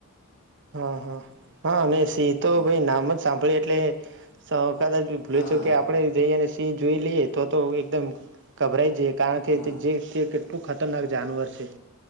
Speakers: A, on the right (about 55°); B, on the left (about 65°).
A: હા હા હા અને સિંહ તો
B: હા
A: ભઈ નામ જ સાંભળી એટલે સ કદાચ ભી ભૂલે
B: હા
A: ચૂકે આપણે જઈએને સિં ને જોઈ લઈએ તો તો એકદમ ગભરાઈ જઈએ કારણ કે
B: હા
A: તે જે કે આટલું ખતરનાક જાનવર છે.